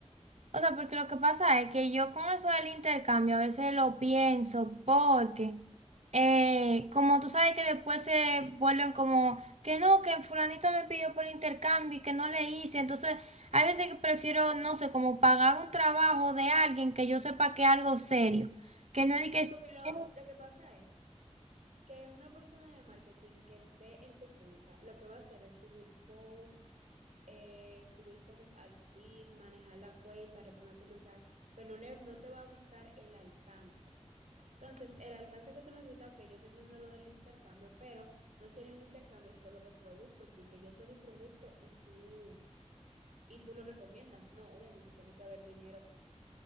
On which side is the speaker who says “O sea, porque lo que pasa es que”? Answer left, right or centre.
Right